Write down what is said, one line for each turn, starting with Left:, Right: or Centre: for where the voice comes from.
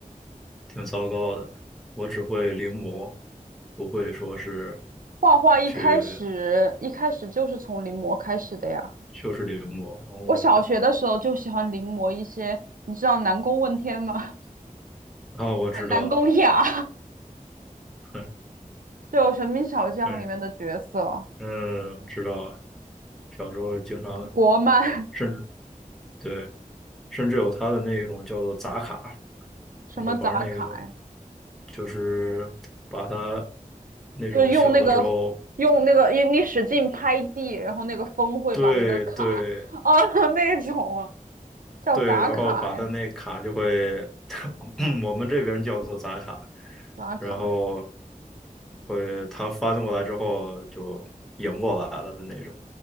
Centre: 挺糟糕的，我只会临摹，不会说是
Right: 画画一开始一开始就是从临摹开始的呀。
Centre: 去就是临摹。哦，
Right: 我小学的时候就喜欢临摹一些，你知道南宫问天吗？
Centre: 啊，我知道，
Right: <laughs> 南宫雅，
Centre: <laughs> 嗯
Right: <laughs> 就《神兵小将》里面的角色，
Centre: 嗯。<laughs> 哎嗯，知道啊，小时候经常，
Right: 国漫，
Centre: 甚至对，甚至有他的那种叫做砸卡，
Right: 什么杂卡呀，
Centre: 我会玩那个，就是把它那种小的时候，
Right: 就用那个用那个你你使劲拍地，然后那个风会把那个卡啊
Centre: 对对
Right: <laughs> 那种啊，叫杂卡呀，
Centre: 对，然后把它那卡就会，<clears throat> 我们这边叫做砸卡，
Right: 杂卡
Centre: 然后会它翻过来之后就赢过来了的那种。